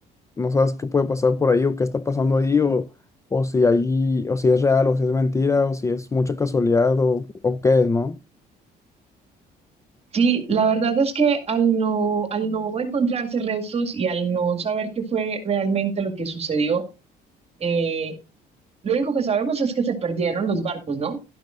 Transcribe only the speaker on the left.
no sabes qué puede pasar por ahí o qué está pasando ahí o, o si ahí, o si es real o si es mentira o si es mucha casualidad o, o qué es, ¿no?